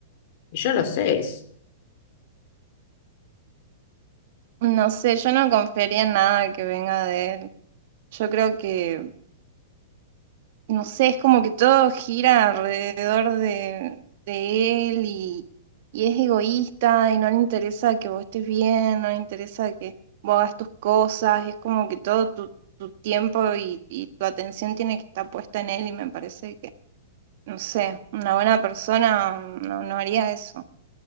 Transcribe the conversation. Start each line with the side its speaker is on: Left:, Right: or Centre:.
Left: y yo lo sé eso.
Right: No sé, yo no confiaría en nada que venga de él. Yo creo que, no sé, es como que todo gira alrededor de, de él y, y es egoísta y no le interesa que vos estés bien, no le interesa que vos hagas tus cosas, es como que todo tu, tu tiempo y, y tu atención tiene que estar puesta en él y me parece que, no sé, una buena persona no, no haría eso